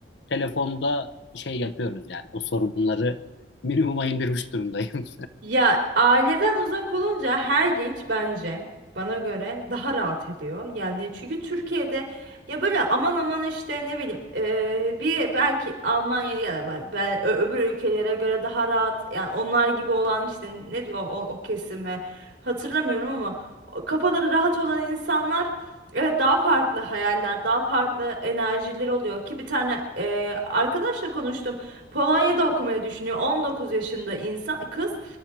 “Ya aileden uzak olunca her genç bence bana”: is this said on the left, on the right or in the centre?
Right